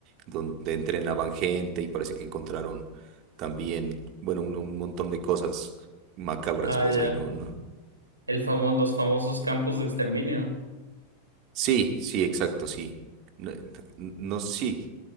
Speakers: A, on the right (about 40°); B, on the right (about 80°).
A: donde entrenaban gente y parece que encontraron también, bueno, un, un montón de cosas macabras,
B: Ah,
A: pues
B: ya.
A: ahí no, no.
B: El famo- los famosos campos de exterminio.
A: Sí, sí, exacto, sí. No, no, no, sí.